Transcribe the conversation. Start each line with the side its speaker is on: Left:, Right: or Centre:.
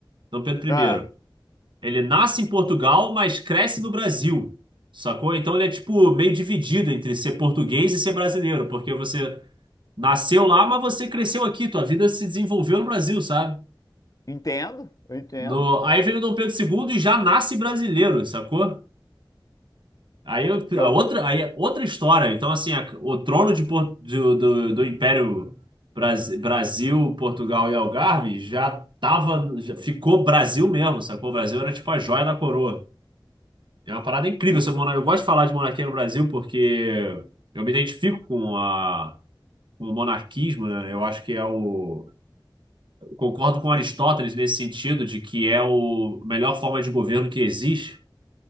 Right: Dom Pedro I,
Left: Ah,
Right: ele nasce em Portugal, mas cresce no Brasil, sacou? Então ele é tipo meio dividido entre ser português e ser brasileiro, porque você nasceu lá, mas você cresceu aqui, tua vida se desenvolveu no Brasil, sabe?
Left: entendo, eu entendo.
Right: No... Aí vem o Dom Pedro II e já nasce brasileiro, sacou? Aí eu-
Left: Que
Right: a
Left: eu,
Right: outra, aí é outra história. Então, assim, a- o trono de, Por- do, do, do Império Bras- Brasil, Portugal e Algarve já tava, já ficou Brasil mesmo, sacou? O Brasil era tipo a joia da coroa. É uma parada incrível.
Left: é,
Right: essa monar- Eu gosto de falar de monarquia no Brasil porque eu me identifico com a, com o monarquismo, né? Eu acho que é o. eu Concordo com Aristóteles nesse sentido de que é o a melhor forma de governo que existe.